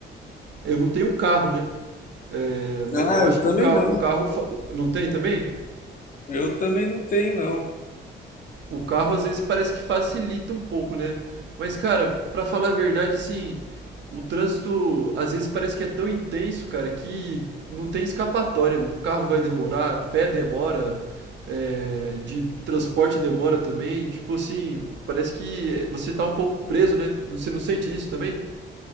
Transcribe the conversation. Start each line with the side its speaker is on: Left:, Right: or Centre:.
Right: eu não tenho carro, né? É, mas
Left: Ah,
Right: eu acho
Left: eu
Right: que
Left: também
Right: o carro,
Left: não.
Right: o carro fa- não tem também?
Left: Eu também não tenho, não.
Right: O carro às vezes parece que facilita um pouco, né? Mas cara, pra falar a verdade, assim, o trânsito às vezes parece que é tão intenso, cara, que não tem escapatória. O carro vai demorar, pé demora, é, de transporte demora também. Tipo assim, parece que você tá um pouco preso, né? Você não sente isso também?